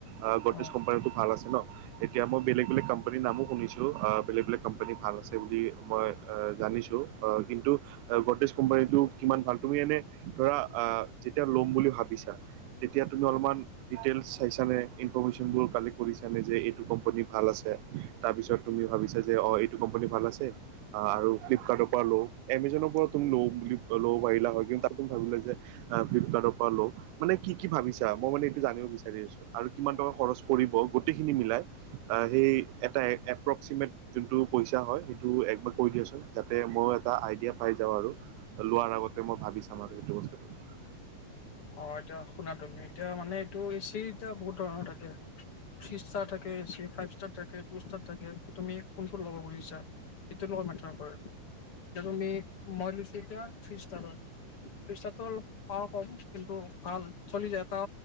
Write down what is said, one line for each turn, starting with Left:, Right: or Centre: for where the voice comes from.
Right: আ
Left: অ
Right: ইষ্ট কোম্পানীটো ভাল আছে ন'? এতিয়া মই বেলেগ বেলেগ কোম্পানীৰ নামো শুনিছো। আ--বেলেগ বেলেগ কোম্পানী ভাল আছে বুলি মই অ জান শুনিছো, অঁ কিন্তু অঁ ভল্টেজ কোম্পানীটো কিমান ভাল? তুমি এনে ধৰা আ-যেতিয়া লম বুলি ভাৱিছা, তেতিয়া তুমি অলপমান ডিটেইলছ চাইছানে? কিন <unintelligible> কালেক্ট কৰি চালে যে, এইটো কোম্পানী ভাল আছে, তাৰ পিছত তুমি ভাবিচা যে অ এইটো কোম্পানী ভাল আছে আৰু ফ্লিপকাৰ্টৰ পৰা লওক। এমেজানৰ পৰা তুমি ল ল'ব পাৰিলা হ'য়। কিন্তু তাটো ভা ভাৱিলে যে আ ফ্লিপকাৰ্টৰ পৰা লওক। মানে কি কি ভাৱিছা? মই মানে এইটো জানিব বিচাৰি আছো আৰু কিমান টকা খৰচ পৰিব গোটেই খিনি মিলাই সেই এটা এপকচিমেন্ত জোনটো হয় সেইটো একবাৰ কৈ দিয়াচোন? যাতে মই এটা আইডিয়া পাই যাওঁ আৰু। লোৱাৰ আগতে মই ভাবি চাম আৰু এইেটো বস্তুটো।
Left: অ এতিয়া শুনা তুমি এতিয়া মানে এইটো এচি এতিয়া বহুত ধৰণৰ থাকে। থ্ৰ্ৰী ষ্টাৰ থাকে ফাইভ ষ্টাৰ থাকে টু ষ্টাৰ থাকে তুমি কোনটো লগব খুজিছা? এটো লগৰ মেতাৰ কৰে এতিয়া তুমি মই লছ এতিয়া। থ্ৰীষ্টাৰৰ থ্ৰীষ্টাৰতটো অলপ প কম। কিন্তু ভাল চলি যায় এটা